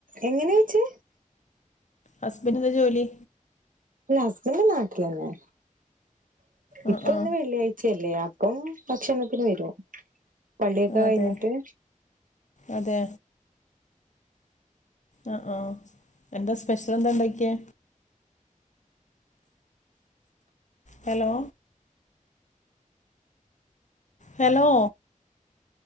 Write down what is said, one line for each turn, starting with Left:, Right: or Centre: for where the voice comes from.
Right: എങ്ങനെയ ചോയിച്ചേ
Left: ഹസ്ബൻഡന് എന്താ ജോലി
Right: ഹസ്ബൻഡ നാട്ടിലന്നെ
Left: ആ
Right: ഇപ്പൊ
Left: ആ
Right: ഇന്ന് വെള്ളിയാഴ്ചയല്ലയ ഇപ്പം ഭക്ഷണത്തിന് വരും പള്ളിയൊക്കെ
Left: അതെ
Right: കഴിഞ്ഞിട്ട്
Left: അതെ ആ ആ എന്താ സ്പെഷ്യൽ എന്താ ഉണ്ടാക്കിയത് ഹലോ ഹലോ